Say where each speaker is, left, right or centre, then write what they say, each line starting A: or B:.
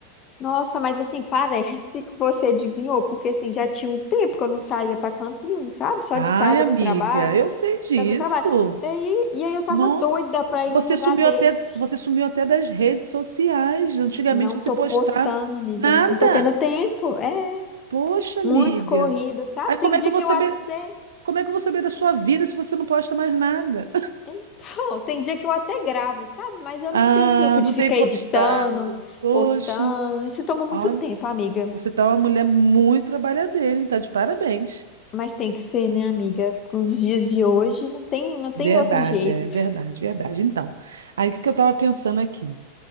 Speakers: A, on the left; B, on the right.
A: Nossa, mas assim, <laughs> parece que você adivinhou, porque assim, já tinha um tempo que eu não saía pra canto nenhum, sabe? Só
B: Ai,
A: de casa
B: amiga,
A: pro trabalho,
B: eu sei disso.
A: de casa pro trabalho. E aí, e aí eu tava
B: Nossa,
A: doida pra
B: você
A: ir num lugar
B: sumiu
A: desse.
B: até, você sumiu até das redes sociais. Antigamente
A: Não
B: você
A: tô
B: postava
A: postando, amiga.
B: nada.
A: Não tô tendo tempo. é?
B: Poxa, amiga.
A: Muito corrido, sabe?
B: Aí como
A: Tem
B: é
A: dia
B: que eu vou
A: que
B: saber,
A: eu até.
B: como é que eu vou saber da sua vida se você não posta mais nada?
A: Então, <laughs> tem dia que eu até gravo, sabe? Mas eu
B: Ah,
A: não tenho tempo
B: não
A: de ficar
B: tem postado.
A: editando,
B: Poxa,
A: postando. Isso toma muito
B: olha,
A: tempo, amiga.
B: você tá uma mulher muito trabalhadeira, hein? Tá de parabéns.
A: Mas tem que ser, né, amiga? Com os dias de hoje, não tem, não tem
B: Verdade,
A: outro jeito.
B: é verdade, verdade. Então, aí o que que eu estava pensando aqui?